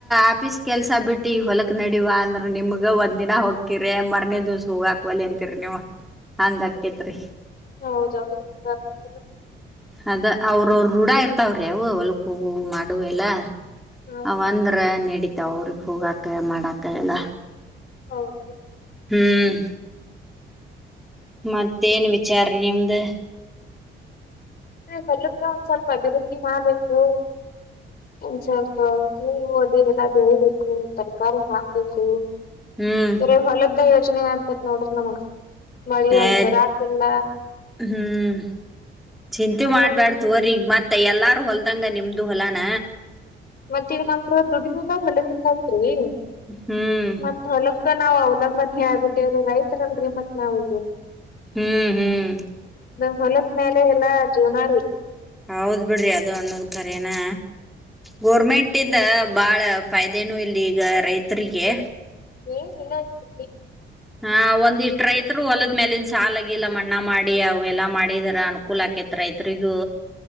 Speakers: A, in the centre; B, on the left.
A: ಆಪೀಸ್ ಕೆಲ್ಸ ಬಿಟ್ಟಿ ಹೊಲಕ್ ನಡಿವಾ ಅಂದ್ರ ನಿಮ್ಗ ಒಂದಿನ ಹೋಕ್ಕಿರಿ ಮಾರನೇ ದಿವ್ಸ ಹೋಗಾಕ್ವಲಿ ಅಂತಿರಿ ನೀವ ಹಂಗ ಅಕೇತ್ರಿ.
B: <unintelligible>
A: ಅದ ಅವ್ರ ಅವ್ರ ರೂಢ ಇರ್ತಾವ್ರಿ ಅವು ಹೊಲ್ಕ್ ಹೋಗವು ಮಾಡವು ಎಲ್ಲ.
B: ಹಾ ರೀ
A: ಅವಂದ್ರ ನಡಿ ತವ್ರಿಗೆ ಹೋಗಾಕ ಮಾಡಾಕ ಎಲ್ಲ.
B: ಹೌದ್ರಿ
A: ಹ್ಮ್ ಮತ್ತೇನ್ ವಿಚಾರ ನಿಮ್ದು.
B: ಪಲ್ಲಕ್ಕೆ ಒಂದ್ ಸ್ವಲ್ಪ ಅಭಿವೃದ್ಧಿ ಮಾಡ್ಬೇಕು ಒಂದ್ ಸ್ವಲ್ಪ ಹೂವು ಅದಗೆಲ್ಲಾ ಬೆಳಬೇಕು ತರಕಾರಿ ಹಾಕ್ಬೇಕು.
A: ಹ್ಮ್
B: ಬರೆ ಹೋಲದ ಯೋ ಚನಾಗಾಗ್ತೇತಿ ನೋಡ್ರಿ ನಮಗ. ಮಳಿ
A: ಏ
B: ಒಂದ ಬರಾತಿಲ್ಲ.
A: ಹ್ಮ್ ಚಿಂತಿ
B: ಮತ್
A: ಮಾಡ್ಬ್ಯಾಡ
B: ನಮ್ದು
A: ತೊರ್ರಿ ಈಗ್ ಮತ್ತೈ. ಎಲ್ಲಾರು ಹೊಲ್ದಂಗ ನಿಮ್ದು ಹೊಲಾನ.
B: ಮತ್ತ ಈಗ ನಮ್ದು ದುಡ್ <unintelligible> ಅಂತ್ರಿ.
A: ಹ್ಮ್
B: ಮತ್ತ ಹೊಲಕ್ಕ ನಾವ ಅವ. ನಮ್ಮ ಮನಿಯಾಗ ಹುಟ್ಟೇರಿ ರೈತ್ರರಲ್ರರಿ ಮತ್ ನಾವರು.
A: ಹ್ಮ್ ಹ್ಮ್
B: ಹೊಲದ್ಮೇಲೆ ಎಲ್ಲಾ ಜೀವನಾರಿ.
A: ಹೌದ್ ಬಿಡ್ರಿ ಅದು ಅನ್ನೋದ್ ಕರೇನಾ ಗೋರ್ಮೆಂಟ್ ಇಂದ ಬಾಳ ಫೈ್ದೇನು ಇಲ್ಲಿ ಈಗ ರೈತರಿಗೆ.
B: ಏನ್ ಇಲ್ಲ <unintelligible>
A: ಹಾ ಒಂದಿಷ್ಟ್ ರೈತ್ರು ಹೊಲದ್ಮೇಲಿನ್ ಸಾಲಗಿಲ್ಲ ಮಣ್ಣಾ ಮಾಡಿ ಅವ ಎಲ್ಲಾ ಮಾಡಿದರ ಅನುಕೂಲ್ ಆಕೇತ್ ರೈತ್ರಿಗೂ.